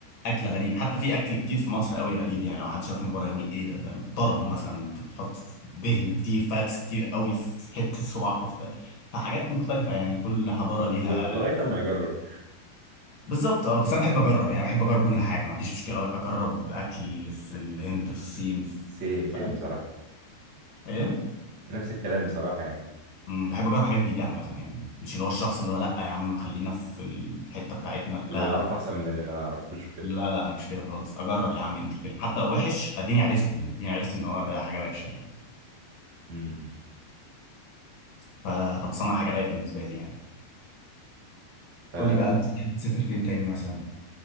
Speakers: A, on the left; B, on the right.
A: اكل غريب حتى في اكل كتير في مصر قوي غريب يعني لو حد شاف من بره يقول ايه ده فاهم طرب مثلا انت بتحط دهن كتير فاتس كتير قوي في حته صباع كفته فحاجات مختلفه يعني كل حضاره
B: لغ-
A: ليها
B: لغايه اما يجرب
A: بالظبط اه بس انا بحب اجرب يعني بحب اجرب كل حاجه ما عنديش مشكله اجرب اكل في الهند في الصين في
B: سيم سيم
A: في أي-
B: بصراحه
A: ايه
B: نفس الكلام بصراحه يعني
A: أمم، بحب اجرب حاجات جديده عامه يعني مش اللي هو الشخص اللي هو لا يا عم خلينا في الحته بتاعتنا
B: اللي
A: لا
B: نعرفه
A: لا
B: احسن من اللي ما نعرفوش وكده
A: لا لا انا مش كده خالص اجرب يا عم ايه المشكله حتى لو وحش اديني عرفت يعني اديني عرفت ان هو ده حاجه وحشه يعني
B: امم
A: فخلصانه حاجه رايقه بالنسبه لي يعني
B: فانا
A: قول لي بقى انت بتحب تسافر فين تاني مثلا